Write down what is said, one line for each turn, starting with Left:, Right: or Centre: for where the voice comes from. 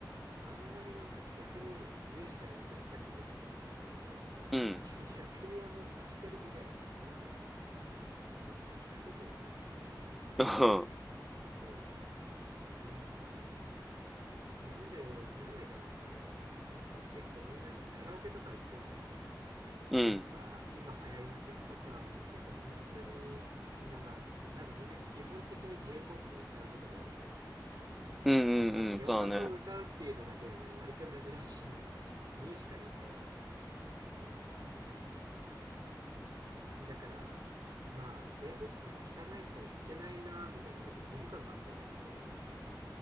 Right: あ、あんまりなんか逆にミュージカルの曲さっきめっちゃ好きって言ったけど、
Centre: うん。
Right: <laughs> 逆にあんまミュージカル以外の音楽をあんま聞くことがなくて、
Centre: <laughs>
Right: そう、なんか、なんで、なんでかなって、なんか結構みんなカラオケとか行っても、
Centre: うん。
Right: やっぱ今流行りの曲とかも結構本当に、みんなまあ、多分みんな基本的に J-POP を歌うことが多いと思うの。
Centre: うんうんうん。
Right: で、まず洋楽を歌うっていうのだけでも割と珍しいのに、
Centre: そうだね。
Right: <laughs> ミュージカル歌うはもうマジであの、えみたいな感じだから、だから、まあ、J-POP も聴かないといけないな、みたいな、ちょっと義務感もあったんだけど、なんか、